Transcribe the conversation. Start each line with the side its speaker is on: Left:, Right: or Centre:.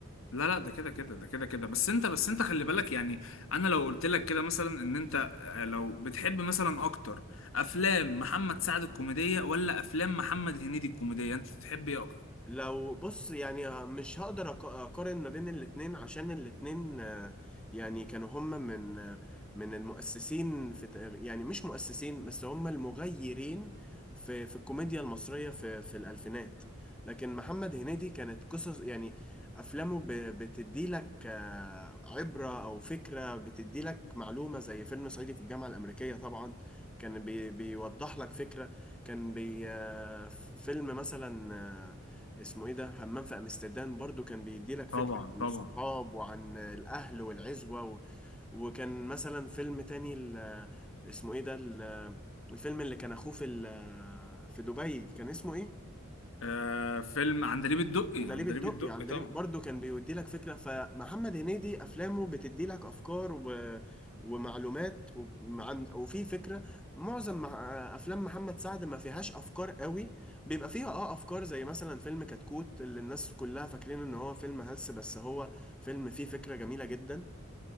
Left: لا لا ده كده كده ده كده كده بس انت بس انت خلي بالك يعني انا لو قلت لك كده مثلا ان انت آه، لو بتحب مثلا اكتر افلام محمد سعد الكوميديه ولا افلام محمد هنيدي الكوميديه انت تحب ايه اكتر
Centre: لو بص يعني آه، مش هقدر أق- اقارن ما بين الاتنين عشان الاتنين آه، يعني كانوا هم من آه، من المؤسسين في تق- يعني مش مؤسسين بس هم المغيرين في في الكوميديا المصرية في في الألفينات لكن محمد هنيدي كانت قصص يعني أفلامه ب- بتدي لك آه، عبرة أو فكرة بتدي لك معلومة زي فيلم صعيدي في الجامعة الأمريكية طبعا كان بي بيوضح لك فكرة كان بي آه، فيلم مثلا آه، اسمه ايه ده همام في امستردام برضو كان بيدي لك فكرة
Left: طبعا
Centre: عن
Left: طبعا
Centre: الصحاب وعن الاهل والعزوة و... وكان مثلا فيلم تاني ال... اسمه ايه ده ال... الفيلم اللي كان اخوه في ال... في دبي كان اسمه ايه
Left: آه فيلم عندليب الدقي
Centre: عندليب
Left: عندليب
Centre: الدق
Left: الدقي
Centre: يعني عندليب
Left: طبعا
Centre: برضه كان بيودي لك فكرة فمحمد هنيدي أفلامه بتدي لك أفكار و... ومعلومات و... عن... وفي فكرة معظم مع... أفلام محمد سعد ما فيهاش أفكار قوي بيبقى فيها أه أفكار زي مثلا فيلم كتكوت اللي الناس كلها فاكرين إن هو فيلم هلس بس هو فيلم فيه فكرة جميلة جدا